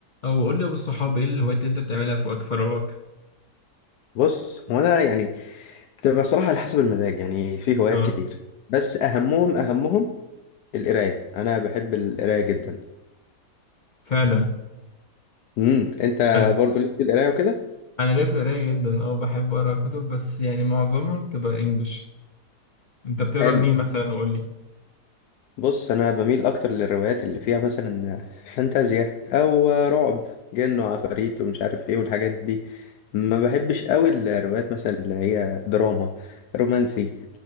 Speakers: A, on the left; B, on the left.
A: او قول لي يا ابو الصحاب ايه الهوايات اللي انت بتعملها في وقت فراغك
B: بص هو انا يعني بتبقى صراحه على حسب المزاج يعني في هوايات
A: اه
B: كتير بس اهمهم اهمهم القرايه انا بحب القرايه جدا
A: فعلا
B: امم انت
A: انا
B: برضو ليك في القرايه وكده
A: انا ليا في القرايه جدا اه بحب اقرا كتب بس يعني معظمها بتبقى انجلش انت بتقرا
B: حلو
A: لمين مثلا وقول لي
B: بص انا بميل اكتر للروايات اللي فيها مثلا فانتازيا او رعب جن وعفاريت ومش عارف ايه والحاجات دي ما بحبش قوي الروايات مثلا اللي هي دراما رومانسي